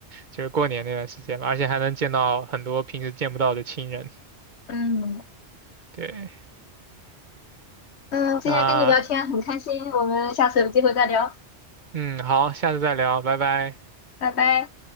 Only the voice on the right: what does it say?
就是过年那段时间吧，而且还能见到很多平时见不到的亲人。
对，
那
嗯，好，下次再聊，拜拜。